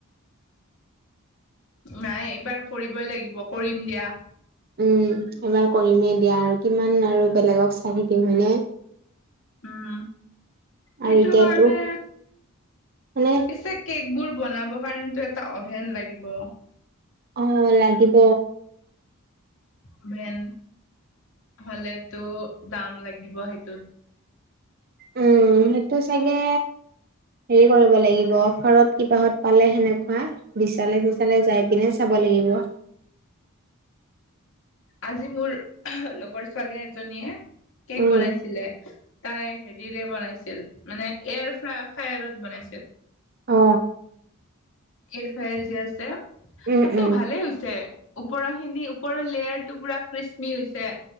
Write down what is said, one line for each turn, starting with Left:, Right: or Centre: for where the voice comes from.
Left: নাই এইবাৰ কৰিবই লাগিব কৰিম দিয়া
Right: উম এইবাৰ কৰিমে দিয়া আৰু কিমান আৰু বেলেগক চাই থাকিম হয়নে
Left: উম
Right: আৰু
Left: সেইটো
Right: এতিয়াতো
Left: কাৰণে
Right: মানে
Left: পিছে কেক বোৰ বনাব কাৰণেটো এটা অভেন লাগিব
Right: অ লাগিব
Left: অভেন হলেতো দাম লাগিব সেইটোত
Right: উম সেইটো চাগে হেৰি কৰিব লাগিব অফাৰত কিবাহত পালে সেনেকুৱা বিচালে চিচালে যাই পিনে চাব লাগিব
Left: আজি মোৰ লগৰ ছোৱালী এজনীয়ে কেক
Right: উম
Left: বনাইছিলে তাই হেৰিৰে বনাইছিল মানে এয়াৰ ফ ফায়াৰত বনাইছিল
Right: অ
Left: এৰফাইৰ যে আছে
Right: উম
Left: তাতো
Right: উম
Left: ভালে হৈছে ওপৰৰ খিনি ওপৰৰ লেয়াৰ টো পুৰা কৃস্মি হৈছে